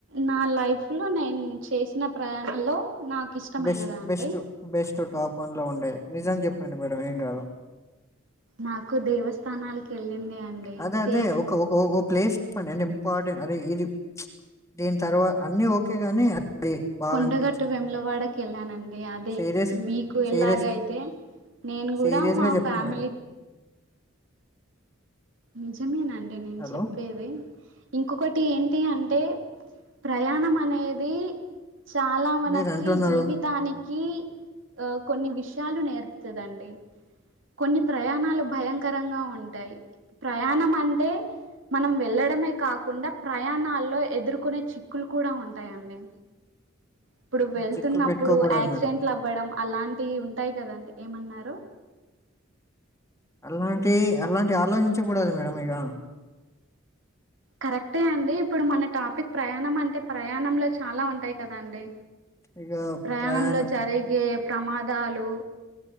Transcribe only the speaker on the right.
నా లైఫ్ లో నేను చేసిన ప్రయాణంలో నాకు ఇష్టమైనదా
అండి
నాకు దేవస్థానాలకు వెళ్ళింది అండి
సేమ్
కొండగట్టు
వెములవాడకి వెళ్ళానండి యాది
మీకు ఎలాగ
అయితే నేను కూడా
మా
ఫ్యామిలీ
నిజమేనండి నేను
చెప్పేది ఇంకొకటి ఏంటి అంటే ప్రయాణం అనేది చాలా మనకి
జీవితానికి కి కొన్ని విషయాలు నేర్పుతది అండి కొన్ని ప్రయాణాలు భయంకరంగా ఉంటాయి ప్రయాణం అంటే మనం వెళ్ళడమే కాకుండా ప్రయాణాల్లో ఎదుర్కొనే చిక్కులు కూడా ఉంటాయండి ఇప్పుడు వెళ్తున్నప్పుడు
యాక్సిడెంట్లు
అవ్వడం అలాంటివి ఉంటాయి కదండి ఏమన్నారు
కరెక్టే అండి ఇప్పుడు మన టాపిక్ ప్రయాణం అంటే ప్రయాణంలో చాలా ఉంటాయి కదాండి.
ప్రయాణంలో
జరిగే ప్రమాదాలు